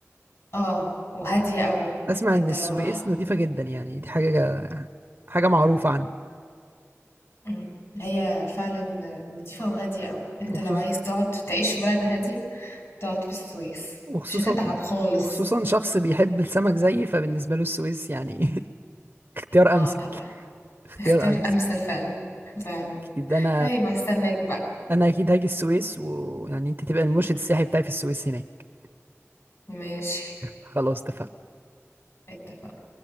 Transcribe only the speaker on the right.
اسمع
ان السويس
نظيفه جدا يعني دي حاجه حاجه معروفه عنها
وخصوص...
وخصوصا
وخصوصا شخص بيحب السمك زيي فبالنسبه له السويس يعني <laughs> اختيار
امثل
اختيار
امثل
اكيد انا
انا اكيد هاجي السويس ويعني انت تبقى المرشد السياحي بتاعي في السويس هناك
خلاص اتفقنا